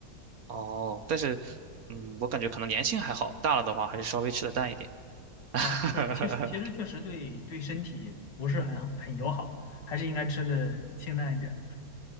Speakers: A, on the right; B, on the left.
A: 哦，但是嗯，我感觉可能年轻还好，大了的话还是稍微吃的淡一点。<laughs>
B: 啊，是的，其实其实确实对对身体不是很好很友好，还是应该吃的清淡一点儿。